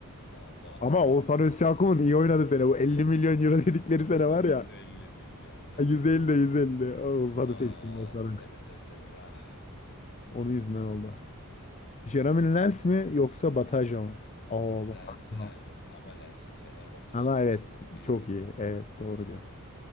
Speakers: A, on the left; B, on the left.
A: Baba.
B: Ama Oğuzhan Özyakup'un iyi oynadığı sene. Bu 50 milyon euro dedikleri
A: <laughs>
B: sene
A: 150
B: var ya.
A: milyon, 150
B: İyi. 150
A: milyon.
B: de 150. Oğuzhan'ı
A: Ah
B: Hı. seçtim Oğuzhan'ı.
A: Demet Özdemir ah.
B: Onun yüzünden oldu. Jeremy Lens mi yoksa Bataja mı? Aa
A: Len,
B: Bataja.
A: len, ama Lens'in Fenerbahçe
B: Ama
A: sezonu
B: evet.
A: çok iyiydi.
B: Çok iyi. Evet doğru diyorsun.